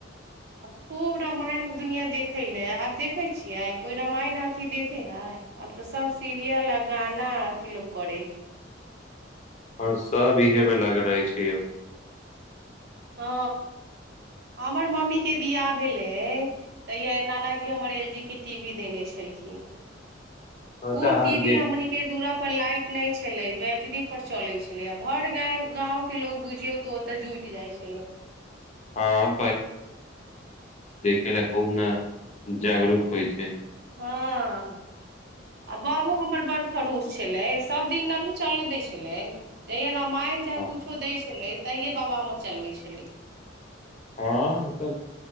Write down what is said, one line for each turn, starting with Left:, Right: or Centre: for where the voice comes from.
Right: आ खूब रामायण आ दुनिआँ देखय लए आब देखै छियै कोइ रामायण अथिी देखै हइ आब तऽ सभ सीरियल आ गाना अथिी लोक करै हइ
Left: हँ सभ इहेमे लागल रहै छै यौ
Right: हँ हमर मम्मीके ब्याह भेलै तऽया नाना जी हमर एल जी के टी वी देने छलखिन
Left: अच्छा
Right: ओ
Left: अहाँ
Right: टीवी
Left: के देख
Right: हमनीक के दुूरा पर लाइट नहि छलै बैट टरी पर चलै छलै आ भर गाँंव के लोग बुझियौ तऽ ओतऽ जुटि जाइ छलै
Left: हँ जेना खूब ने जागरूक होइ छै
Right: हँ आ बाबो हमर बड़ खरूश छलै सभदिन ननू चलय दै छलै जहिया रामायण चाहे
Left: हँ
Right: कुछो दै छेलै तहिये बाबा हमर चलबै छेलै
Left: हँ